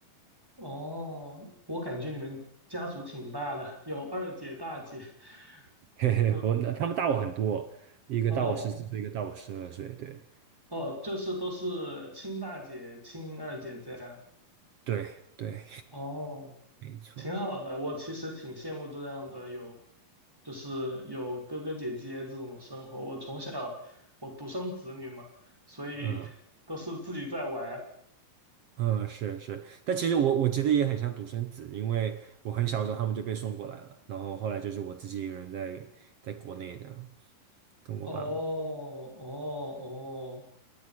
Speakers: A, in the centre; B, on the right.
A: 哦，我感觉你们家族挺大的，有二姐、大姐，
B: <laughs>
A: <laughs>
B: 嘿嘿，
A: 嗯，
B: 我他们大我很多，一个大我十四岁，
A: 哦
B: 一个大我十二岁，对
A: 哦，就是都是亲大姐、亲二姐这样。
B: 对对，
A: 哦。
B: <laughs> 没错，
A: 挺好的，我其实挺羡慕这样的有，就是有哥哥姐姐这种生活。我从小我独生子女嘛，所以都是自己在玩。
B: 嗯、嗯，是是，但其实我我觉得也很像独生子，因为我很小的时候他们就被送过来了，然后后来就是我自己一个人在在国内这样，跟我爸妈
A: 哦哦哦，